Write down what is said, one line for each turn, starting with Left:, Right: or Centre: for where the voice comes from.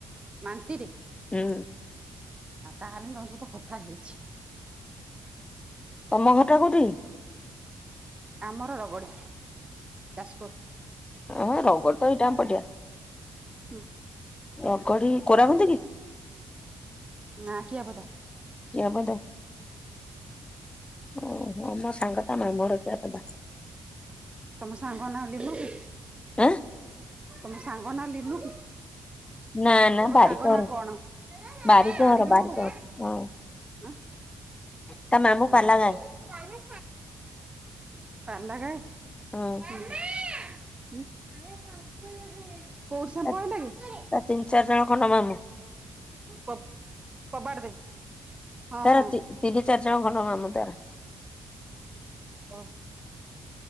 Right: ମାନ୍ତିରି ଆଉ
Left: ହୁଁ
Right: ତାହେଲେ ତମ ସହିତ କଥା ହେଇଛି।
Left: ତମ ଘରଟା କଉଠି?
Right: ଆମର ରଗଡି ଯାଜପୁର।
Left: ଏଁ ରଗଡି ତ ଏଇଟା ଆମ ପଟିଆ
Right: ହୁଁ
Left: ରଗଡି କୋରା କୁହୁନ୍ତି କି?
Right: ନା କିଆପଦା।
Left: କିଆପଦା ଓହ ମୋ ସାଙ୍ଗତା ମାମୁହର କିଆପଦା।
Right: ତମ ସାଙ୍ଗ ନା ଲିନୁ ମୁକି?
Left: ଆଁ?
Right: ତମ ସାଙ୍ଗ ନା ଲିନୁ କି?
Left: ନା ନା
Right: ତମ
Left: ବାରିକଘର
Right: ସାଙ୍ଗ ନା କଣ
Left: ବାରିକଘର
Right: ବାରିକି
Left: ବାରିକଘର
Right: ଘର?
Left: ହଁ
Right: ଆଁ।
Left: ତା ମାମୁଁ ପାଲା
Right: ବାରିକି।
Left: ଗାଏ
Right: ତାଲା ତାଲା କାଇ
Left: ହଁ
Right: ଉମ ଉମ। କୋଉଠି ସାମ୍ପୁ
Left: ତା
Right: ଆଣିଲା କି?
Left: ତା ତିନି ଚାରି ଜଣ ଖଣ୍ଡ ମାମୁ।
Right: କ କବାଡ ଦେ। ହଁ
Left: ତାର
Right: ହଁ
Left: ତି-ତିନି ଚାରି ଜଣ ଖଣ୍ଡ ମାମୁଁ ତାର।
Right: ଓହୋ।